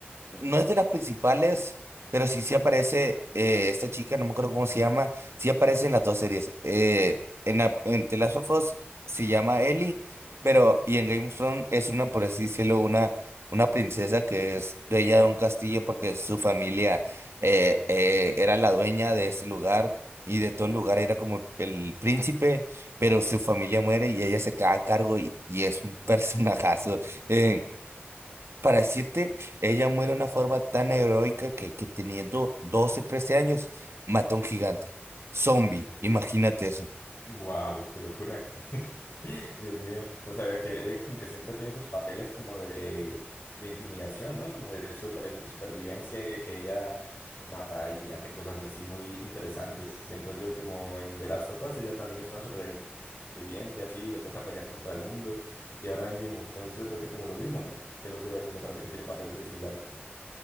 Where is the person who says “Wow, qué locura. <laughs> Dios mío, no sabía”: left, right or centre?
Left